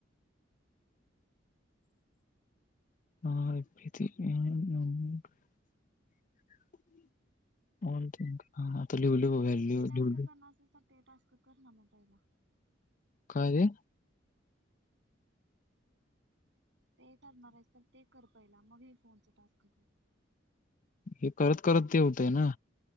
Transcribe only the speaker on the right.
तू
ते टास्क करणार असेल तर ते टास्क कर ना मोबाईला.
ते करणार आहेच तर ते कर पाहिला मग हे फोनच टास्क कर.